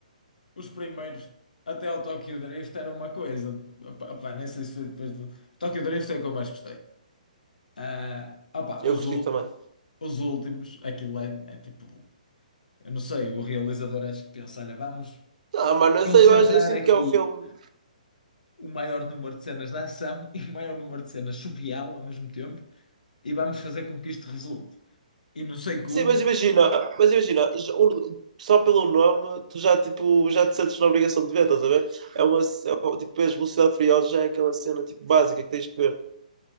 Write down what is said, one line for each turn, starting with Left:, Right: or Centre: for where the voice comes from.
Left: os primeiros, até ao Tokyo Drift, era uma coisa. Opa, opa, nem sei se foi depois do. Tokyo Drift é o que eu mais gostei. Ah, opa,
Right: Eu
Left: os,
Right: curti
Left: ul-
Right: também.
Left: os últimos, aquilo é, é tipo, eu não sei, o realizador acho que pensa, olha, vamos
Right: Ah, mano, não
Left: concentrar
Right: sei, eu acho, eu sinto
Left: aqui
Right: que é um filme.
Left: o maior número de cenas de ação <laughs> e o maior número de cenas surreal ao mesmo tempo e vamos fazer com que isto resulte. E não sei como,
Right: Sim, mas imagina, mas imagina, já- um- só pelo nome, tu já, tipo, já te sentes na obrigação de ver, estás a ver? É uma, c- é, um- tipo, as Velocidade Furiosa já é aquela cena, tipo, básica que tens de ver.